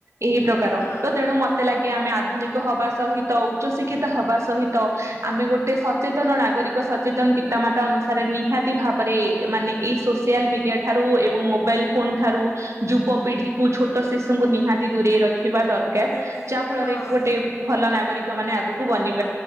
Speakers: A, on the right; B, on the left.
A: ଏହି ପ୍ରକାର,
B: ହଁ
A: ତ ତେଣୁ ମତେ ଲାଗେ
B: ହଁ
A: ଆମେ ଆଧୁନିକ
B: ସେ
A: ହବା ସହିତ ତ ଉଚ୍ଚଶିକ୍ଷିତ ହବା ସହିତ ଆମେ ଗୋଟେ ସଚେତନ ନାଗରିକ ସଚେତନ ପିତାମାତା ଅନୁସାରେ ନିହାତି ଭାବରେ ମାନେ ଏଇ ସୋସିଆଲ ମିଡିଆ ଠାରୁ ଏବଂ ମୋବାଇଲ ଫୋନ ଠାରୁ ଯୁବ ପିଢିକୁ ଛୋଟ ଶିଶୁଙ୍କୁ ନିହାତି <unintelligible> ରଖିବା ଦରକାର
B: ଦୂରେ
A: ଯାହା ଫଳରେ
B: ହଁ
A: ଗୋଟେ ଭଲ ନାଗରିକ କୋଉମାନେ ଆଗୁକୁ ବନିବ